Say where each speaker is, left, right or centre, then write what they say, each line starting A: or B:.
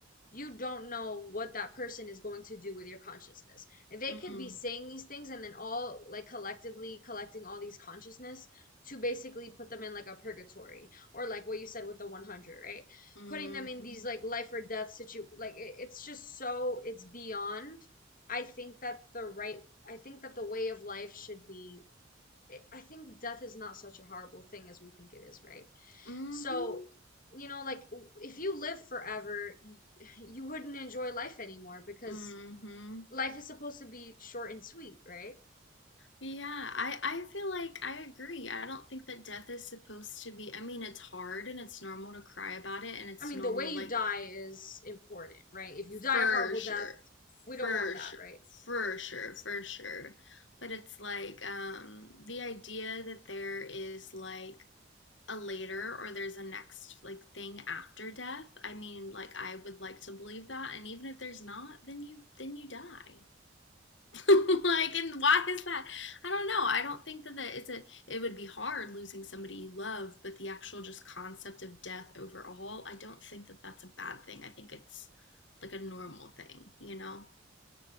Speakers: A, on the left; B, on the left.
A: you don't know what that person is going to do with your consciousness. They
B: mm,
A: could be saying these things and then all like collectively collecting all these consciousness to basically put them in like a purgatory or like what you said with the 100, right?
B: mm-hmm,
A: Putting them in these like life or death situ like it, it's just so it's beyond. I think that the right I think that the way of life should be I I think death is not such a horrible thing as we think it is, right?
B: mm-hmm,
A: So, you know, like if you live forever, you, <sighs> you wouldn't enjoy life anymore because
B: mm-hmm.
A: life is supposed to be short and sweet, right?
B: Yeah, I, I feel like I agree. I don't think that death is supposed to be, I mean, it's hard and it's normal to cry about it, and it's
A: I mean,
B: normal,
A: the way you
B: like,
A: die is important, right? If you die
B: for
A: a horrible
B: sure,
A: death, we don't
B: for
A: want that,
B: sure,
A: right?
B: for sure, for sure. But it's like, um, the idea that there is like, a later or there's a next like thing after death. I mean, like I would like to believe that and even if there's not, then you then you die. <laughs> like and why is that? I don't know. I don't think that that it's a it would be hard losing somebody you love, but the actual just concept of death overall, I don't think that that's a bad thing. I think it's like a normal thing, you know?